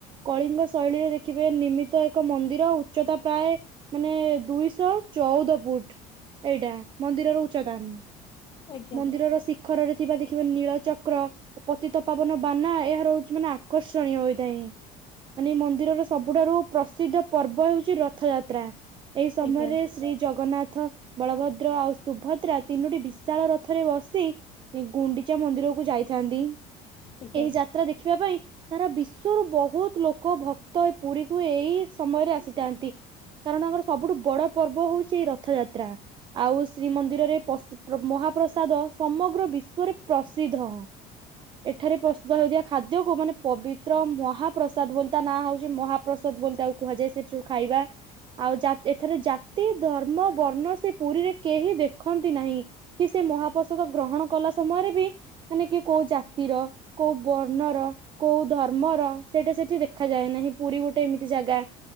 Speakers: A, on the right; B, on the left.
A: କଳିଙ୍ଗ ଶୈଳୀରେ ଦେଖିବେ ନିମିତ ଏକ ମନ୍ଦିର ଉଚ୍ଚତା ପ୍ରାୟ ମାନେ ଦୁଇଶ ଶହ ଚଉଦ ଫୁଟ ଏଇଟା ମନ୍ଦିରର ଉଚତା ଉଁ, ।
B: ଆଜ୍ଞା
A: ମନ୍ଦିରର ଶିଖରରେ ଥିବା ଦେଖିବେ ନୀଳଚକ କ୍ର ଓ ପତିତପାବନ ବାନା ଏହାର ହଉଚି ମାନେ ଆକର୍ଷଣୀୟ ହୋଇଥାଇଁ। ମାନେ ଏଇ ମନ୍ଦିରର ସବୁଠାରୁ ପ୍ରସିଦ୍ଧ ପର୍ବ ହେଉଛି ରଥଯାତ୍ରା। ଏଇ ସମୟରେ
B: ଆଜ୍ଞା
A: ଶ୍ରୀ ଜଗନ୍ନାଥ, ବଳଭଦ୍ର ଆଉ ସୁଭଦ୍ରା ତିନୋଟି ବିଶାଳ ର ଥରେ ବସି ଇ-ଗୁଣ୍ଡିଚା ମନ୍ଦିରକୁ ଯାଇଥାନ୍ତି।
B: ଆଜ୍ଞା
A: ଏହି ଯାତ୍ରା ଦେଖିବା ପାଇଁ ସାରା ବିଶ୍ଵରୁ ବହୁତ ଲୋକ ଭକ୍ତ ଏ ପୁରୀ କୁ ଏଇ ସମୟରେ ଆସିଥାନ୍ତି। କାରଣ ତାଙ୍କର ସବୁଠୁ ବଡ ପର୍ବ ହଉଛି ରଥଯାତ୍ରା। ଆଉ ଶ୍ରୀମନ୍ଦିରରେ ପସ ପ୍ର ମହା ପ୍ରସାଦ ସମଗ୍ର ବିଶ୍ଵରେ ପ୍ରସିଦ୍ଧ। ଏଠାରେ ପ୍ରସ୍ତୁତ ହେଉଥିବା ଖାଦ୍ୟକୁୁ ମାନେ ପବିତ୍ର ମହାପ୍ରସାଦ ବୋଲି ତା ନାଁ ହଉଛି ମହାପ୍ରସା ଦ ବୋଲି ତାକୁ କୁହାଯାଏ। ସେ ଯୋଉ ଖାଇବା ଆଉ ଜା- ଏଥିରେ ଜାତି, ଧର୍ମ, ବର୍ଣ୍ଣ ସେ ପୁରୀ ରେ କେହି ଦେଖନ୍ତି ନାହିଁ। କି ସେ ମହାପ୍ରସାଦ ଗ୍ରହଣ କଲା ସମୟରେ ବି ମାନେ କି କୋଉ ଜାତିର, କୋଉ ବର୍ଣ୍ଣର କୋଉ ଧର୍ମର ସେଇଟା ସେଠି ଦେଖାାଯାଏ ନାହିଁ। ପୁରୀ ଗୋଟେ ଏମିତି ଜାଗା।